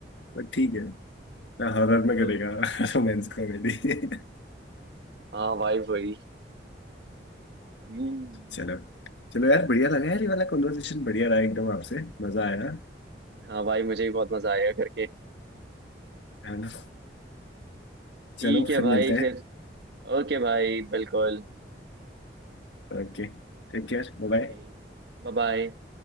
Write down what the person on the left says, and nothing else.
But ठीक है ना हॉरर में
करेगा <laughs> रोमांस कॉमेडी
चलो चलो यार बढ़िया लगा यार ये वाला कॉन्वर्सेशन बढ़िया रहा एकदम आपसे मजा आया
है ना चलो
फिर
मिलते हैं
Okay take care bye
bye